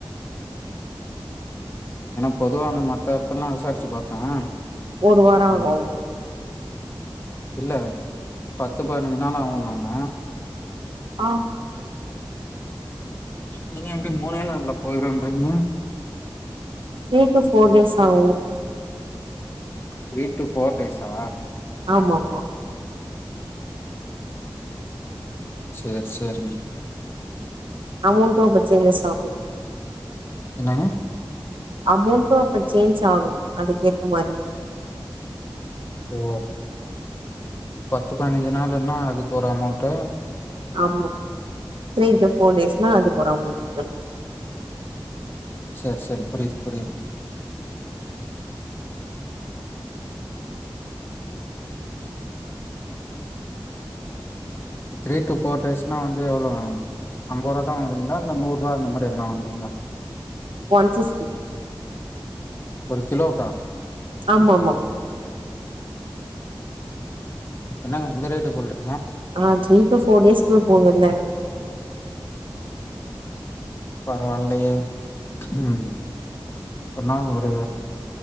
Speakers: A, on the left; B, on the right.
A: ஏன்னா பொதுவா அந்த மத்த இடத்துலல்லாம் விசாரிச்சு பார்த்தேன்
B: ஒரு வாரம்
A: அ
B: ஆகும்
A: இல்ல பத்து பதினஞ்சு நாள் ஆகும் நாாங்க
B: ஆஹம்
A: நீங்க எப்படி மூணே நாள்ல போயிரும்ன்றீங்க
B: த்ரீ டு ஃபோர் டேஸ் ஆகும்
A: த்ரீ டு ஃபோர் ஸா
B: ஆமா ஆமா
A: சேரி சேரி
B: அமௌன்ட் கொஞ்சம் சான்சே ஆகும்
A: என்னங்க
B: அமௌண்ட்டும் அப்ப சேஞ்ச் ஆகும் அதுக்கேத்த மாரி
A: ஓ பத்து பதின்சு நாள் ன்னா அதுக்கு ஒரு அமௌண்ட்ட்
B: ஆமா த்ரீ டு ஃபோர் டேஸ்னா அதுக்கோரு அமௌன்ட் இருக்கு
A: செரி செரி புரியுது புரியுது த்ரீ டு போர் டேஸ்னா வந்து எவ்வளவு ஐம்பது ரூபா தான் வாங்குறீங்களா இல்ல நூறு ரூபா அந்த மாதிரி எதனா வாங்குறீங்களா
B: ஒன் பிப்டி
A: கிலோ கா
B: ஆமா ஆமா
A: என்னங்க இந்த ரேட் சொல்ரீ
B: ஆஹ செரி போர் டேஷ் ஸ்கூல் போகல
A: பரவாயில்லையே உஹம் அப்பின்னா ஒரு